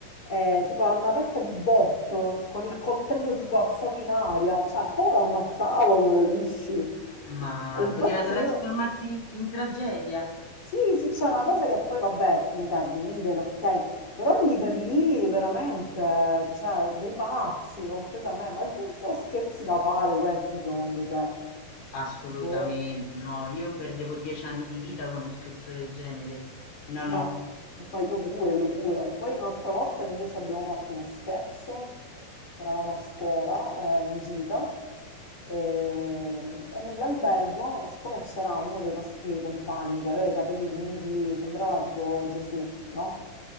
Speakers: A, on the left (about 25°); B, on the left (about 70°).
A: eh, tipo l'hanno aperta di botto, con il coltello tipo alzato in aria, cioè a poco l'ammazzavano, capisci?
B: Ma
A: E infatti
B: poteva trasformarsi
A: io...
B: in tragedia.
A: Sì, sì, c'è una cosa che poi vabbè è finita a ridere, ok, però lì per lì veramente, cioè, dei pazzi completamente, ma se sono scherzi da fare questi secondo te?
B: Assolutamente,
A: Boh.
B: no, io perdevo 10 anni di vita con uno scherzo del genere. No,
A: Ma,
B: no.
A: ma io pure, io pure. Poi un'altra volta invece abbiamo fatto uno scherzo, che eravamo a scuola, eh, in gita, e, e nell'albergo, siccome c'era uno dei nostri compagni che aveva i capelli lunghi, sembrava tipo Gesù, no?